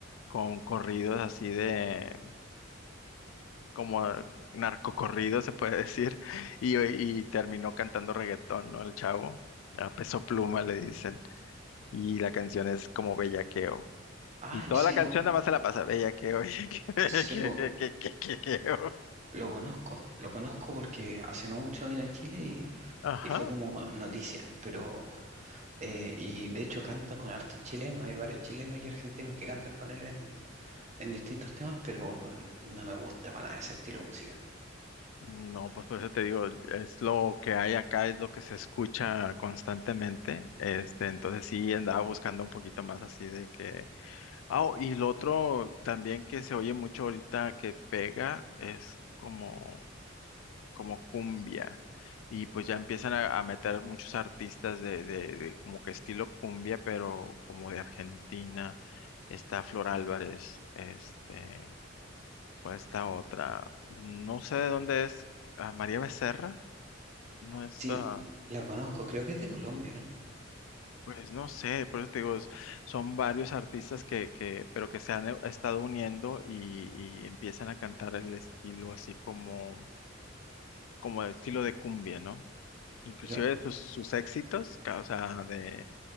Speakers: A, on the left (about 80°); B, on the right (about 35°).
A: con corridos así de como narcocorrido, se puede <laughs> decir, y, y terminó cantando reggaetón, ¿no? El chavo, a peso pluma le dicen, y la canción es como bellaqueo.
B: Ah,
A: Y toda
B: yo sí
A: la canción
B: lo,
A: nada más se la pasa bellaqueo, <laughs> bellaqueo,
B: sí lo,
A: bellaqueo. bellaqueo.
B: Lo conozco, lo conozco porque hace no mucho vino a Chile y,
A: Ajá.
B: y fue como noticia, pero eh, y de hecho canta con hartos chilenos, hay varios chilenos y argentinos que cantan con él en, en distintos temas, pero no me gusta para nada ese estilo de música.
A: No, pues por eso te digo, es lo que hay acá, es lo que se escucha constantemente. Este, entonces sí andaba buscando un poquito más así de que. Ah, oh, y lo otro también que se oye mucho ahorita que pega es como como cumbia. Y pues ya empiezan a, a meter muchos artistas de, de, de como que estilo cumbia, pero como de Argentina. Está Flor Álvarez, este, o esta otra. No sé de dónde es, ah, María Becerra, no es,
B: Sí,
A: ah,
B: la conozco, creo que es de Colombia, ¿no?
A: pues no sé, por eso te digo, es- son varios artistas que, que, pero que se han eh, estado uniendo y, y empiezan a cantar el estilo así como, como el estilo de cumbia, ¿no? inclusive
B: Pero,
A: sus, sus éxitos, ca- o sea, de,